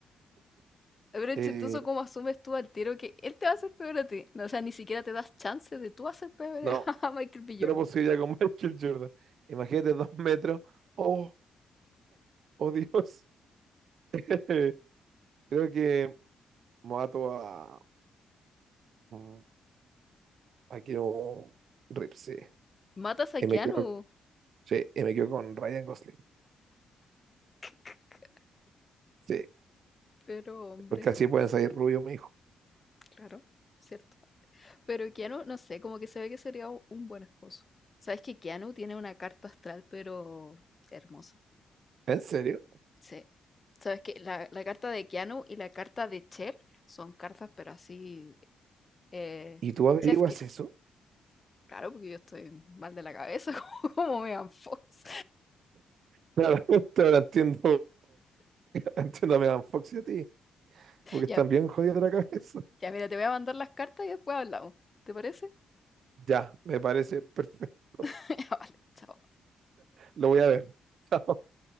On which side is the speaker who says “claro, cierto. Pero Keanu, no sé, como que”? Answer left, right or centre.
Left